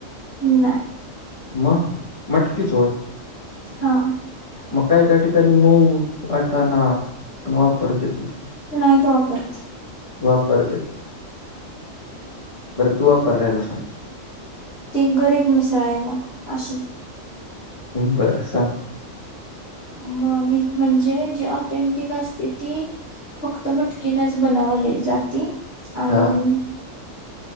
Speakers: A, on the left; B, on the left.
A: नाही
B: म मटकीच होय
A: हा
B: मग काय काय ठिकाणी मूग, वाटाना पण वापरत्याती की.
A: नाहीत वापरत
B: वापरत्याती बरं तू वापरल्याल सांग
A: ती गरीब मिसळ आहे मग अशी
B: बरं सांग
A: म म्हणजे जी ऑथेंटिक असते ती फक्त मटकीनच बनवली जाते आणि
B: हां.